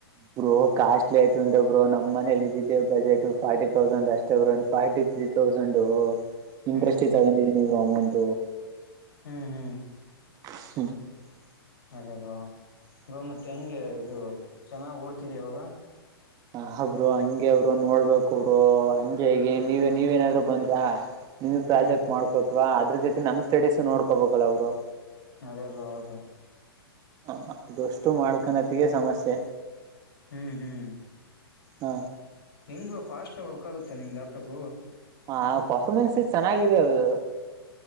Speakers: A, on the right; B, on the left.
A: ಬ್ರೋ ಕಾಸ್ಟ್ಲಿ ಆಯ್ತ ಅಂದ್ರೆ ಬ್ರೋ ನಮ್ಮ್ ಮನಲಿ ಇದಿದ್ದೇವು ಬಜೆಟ್ ಫಾರ್ಟಿ ತೌಸಂಡ್ ಅಷ್ಟೇ ಬ್ರೋ ಇನ್ನ ಫಾರ್ಟಿ ಫೋರ್ಟಿ ತ್ರೀ ತೌಸೆಂಡ್
B: ಹ್ಮ್
A: ಇಂಟ್ರೆಸ್ಟ್ ತಕೊಂಡಿದೀನಿ ಬ್ರೋ ಅಮೌಂಟ
B: ಹ್ಮ್ ಹ್ಮ್
A: ಹ
B: ಅದೇ ಬ್ರೋ ಬ್ರೋ ಮತ್ತೆ ಹೆಂಗೆ ಇದು ಚೆನ್ನಾಗ್ ಓಡ್ತಿದೆ ಇವಾಗ
A: ಹ ಬ್ರೋ ಹಂಗೆ ಬ್ರೋ ನೋಡ್ಬೇಕು ಬ್ರೋ ಹಂಗೆ ಹೇಗ ನೀವ ನೀವೇನಾದ್ರು ಬಂದ್ರ ನೀವು ಪ್ರಾಜೆಕ್ಟ್
B: ಹ್ಮ್
A: ಮಾಡ್ಕೊಟ್ವಾ ಅದ್ರ ಜೊತೆ ನಮ್ ಸ್ಟಡೀಸ್ ನೋಡ್ಕೋಬೇಕಲ್ಲ ಬ್ರೋ
B: ಅದೇ ಬ್ರೋ ಹೌದು
A: ಹ ಅದುಷ್ಟು ಮಾಡ್ಕನತಿಗೆ ಸಮಸ್ಯೆ
B: ಹ್ಮ್ ಹ್ಮ್
A: ಹ
B: ಏನ್ ಬ್ರೋ ಫಾಸ್ಟ್ಗಿ ವರ್ಕ್ ಆಗುತ್ತೆ ನಿಮ್ ಲ್ಯಾಪ್ಟಾಪ್
A: ಹ ಪರ್ಫ್ಮೆನ್ಸ್ ಚೆನ್ನಾಗಿದೆ ಅದು